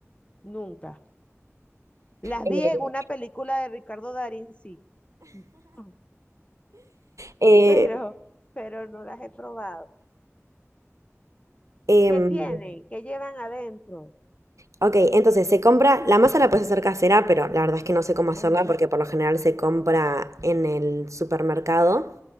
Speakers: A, on the left; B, on the right.
A: nunca. Las
B: Eh,
A: vi en una película de Ricardo Darín, sí, <laughs>
B: eh,
A: pero, pero no las he probado.
B: em,
A: ¿Qué tienen? ¿Qué llevan adentro?
B: ok, entonces se compra, la masa la puedes hacer casera, pero la verdad es que no sé cómo hacerla
A: Ujú,
B: porque por lo general se compra en el supermercado.